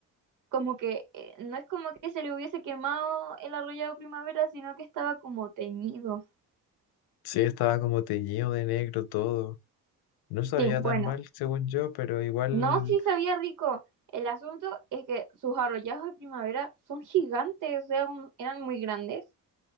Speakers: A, on the right; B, on the left.
A: como que, eh, no es como que se le hubiese quemado el arrollado primavera, sino que estaba como teñido.
B: Sí, estaba como teñido de negro todo. No sabía
A: Sí, bueno,
B: tan mal, según yo, pero igual...
A: no, sí sabía rico. El asunto es que sus arrollados de primavera son gigantes, o sea, un- eran muy grandes.